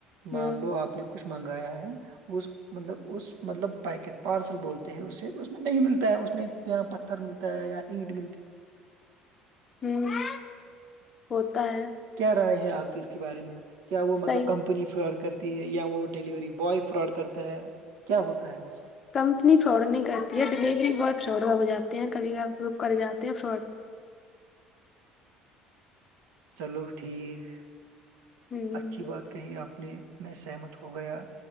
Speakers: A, on the right; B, on the left.
A: مان
B: ہوں
A: لو آپ نے کچھ منگایا ہے اس مطلب اس مطلب پیکٹ پارسل بولتے ہیں اس سے اس میں نہیں ملتا ہے اس میں اں پتھر ملتا ہے یااں اینٹ ملتی
B: ہوں ہوتا ہے
A: کیا رائے ہے آپ کی اس کے بارے میں کیا وہ مطلب
B: صحیح
A: کمپنی فراڈ کرتی ہے یا وہ ڈیلیوری بوائے فراڈ کرتا ہے کیا ہوتا ہے وہ سب
B: کمپنی فراڈ نہیں کرتی ہے ڈلیوری بوائے فراڈ ہو جاتے ہیں کبھی کب گروپ کر جاتے ہیں فراڈ
A: چلو ٹھیک
B: ہوں
A: اچھی بات کہی آپ نے میں سہمت ہو گیا